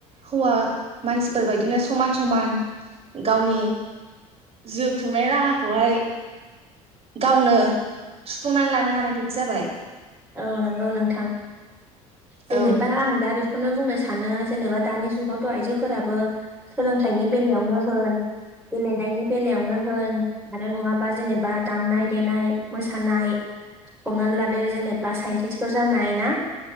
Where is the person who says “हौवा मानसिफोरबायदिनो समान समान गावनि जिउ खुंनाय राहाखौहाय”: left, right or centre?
Right